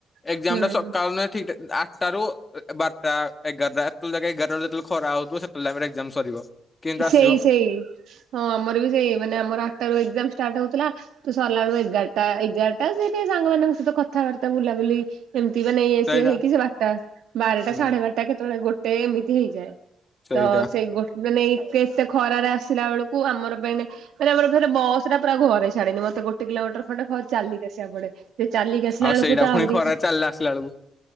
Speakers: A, on the left; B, on the right.
A: ଏକ୍ଜାମ
B: ହୁଁ।
A: ଟା ସକାଳ ଠିକ ଟା ରୁ ବାରଟା ଏଗାରଟା ଏତେବେଳେ ଯାକେ ଏଗାରଟା ବେଳେ ଖରା ହଉଥିବ ସେତେବେଳେ ଟାଇମ୍ ରେ ଏକ୍ସାମ୍ ସରିବ। କେମିତି
B: ସେଇ
A: ଆସିବ
B: ସେଇ ହଁ ଆମର ବି ସେଇ ମାନେ ଆମର ଆଠଟା ରୁ ଏକ୍ସାମ୍ ଷ୍ଟାଟ୍ ହଉଥିଲା ତ ସରଲାଳୁ ଏଗାରଟା ଏଗାରଟା ସେ ଟିକ ସାଙ୍ଗମାନଙ୍କ ସହିତ କଥାବାର୍ତ୍ତା ବୁଲାବୁଲି ଏମିତି ନେଇ
A: ସେଇଟା
B: ହେଇକି ସେ ବାରଟା ବାରଟା
A: ହୁଁ
B: ସାଢେ ବାରଟା କେତେବେଳେ ଗୋଟେ ଏମିତି ହେଇଯାଏ।
A: ସେଇଟା
B: ତ ସେଇ ଗୋଟ ମାନେ ଏତେ ଏତେ ଖରାରେ ଆସିଲା ବେଳକୁ ଆମର ପାଇଁ ମାନେ ଆମର ଫରେ ବସ୍ ଟା ପୁରା ଘରେ ଛାଡେନି ମତେ ମତେ ଗୋଟେ କିଲୋମିଟର ଖଣ୍ଡେ ଚାଲିକି ଆସିବା ପଡେ ସେ ଚାଲିକି ଆସିଲା
A: ଆଉ
B: ବେଳକୁ
A: ସେଇଟା
B: ତ
A: ପୁଣି
B: ଆହୁରି
A: ଖରା ଚାଲିଲା ଆସିଲା ବେଳକୁ